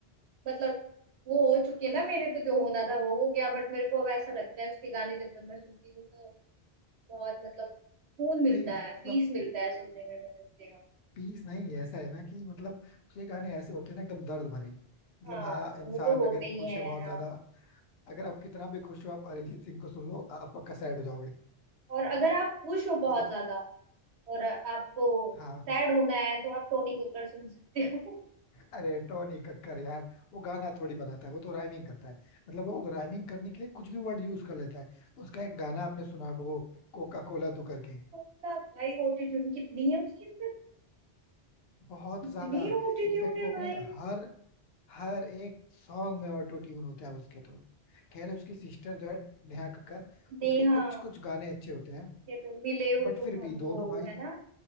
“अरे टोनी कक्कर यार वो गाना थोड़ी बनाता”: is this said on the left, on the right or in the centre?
Left